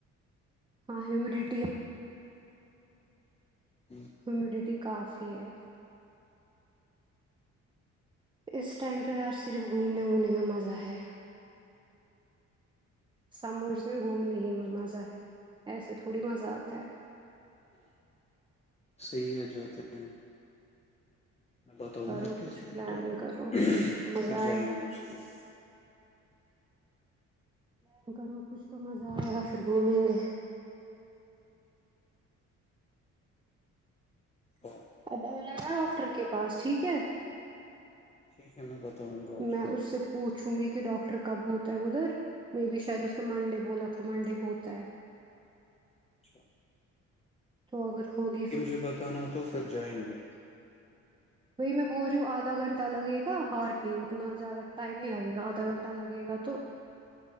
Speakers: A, on the right; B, on the left.
A: ہاں ہومیڈٹی
B: جی
A: ہیمیڈیٹی کافی ہے اس ٹائم تو یار صرف گھومنے وومنے میں مزہ ہے سممیرس میں گھومنے ہی مزہ ہے ایسے تھوڑی مزہ آتا ہے
B: صحیح ہے جاتے ہیں میں بتاؤں
A: کرو
B: گا کس
A: کچھ
B: دن
A: پلان
B: تو
A: کرو
B: پھر
A: مزہ
B: جائیں
A: آئے گا
B: گے اسی دن
A: پلان کرو کچھ تو مزہ آئے گا پھر گھومیں گے
B: ہاں
A: ابگا ڈاکٹر کے پاس ٹھیک ہے
B: ٹھیک ہے میں بتاؤں گا اس
A: میں
B: دن
A: سے پوچھوں گی کہ ڈاکٹر کب ہوتا ہے ادھر مے بی شاید اس نے منڈے بولا تھا منڈے ہوتا ہے
B: اچھا
A: تو اگر ہوگیا
B: یہ مجھے بتانا تو پھر جائیں گے
A: وہھی میں بول رہی ہوں آدھا گھنٹہ لگے گا ہارڈلی اتنا زیادہ ٹائم نہیں لگے گا آدھا گھنٹہ لگے گا تو